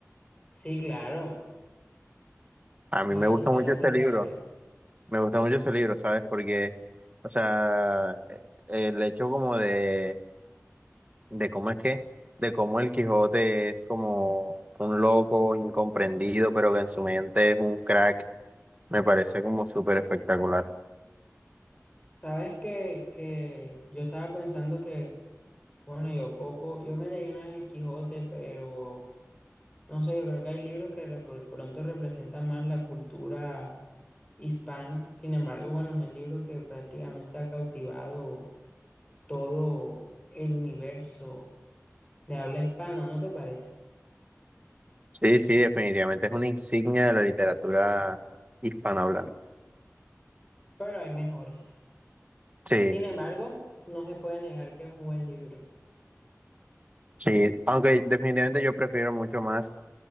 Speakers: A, on the left; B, on the right.
A: Sí, claro.
B: A
A: Miguel
B: mí me gusta
A: de Cervantes
B: mucho este libro,
A: Saavedra.
B: me gusta mucho ese libro, ¿sabes? Porque, o sea, eh, el hecho como de, de cómo es que, de cómo el Quijote es como un loco incomprendido, pero que en su mente es un crack, me parece como súper espectacular.
A: Sabes que, que yo estaba pensando que, bueno, yo poco, yo me leí una vez el Quijote, pero no sé, yo creo que hay libros que repro- pronto representan más la cultura hispana. Sin embargo, bueno, es el libro que prácticamente ha cautivado todo el universo de habla hispana, ¿no te parece?
B: Sí, sí, definitivamente es una insignia de la literatura hispanohablante.
A: Pero hay mejores.
B: Sí.
A: Sin embargo, no se puede negar que es un buen libro.
B: Sí, aunque definitivamente yo prefiero mucho más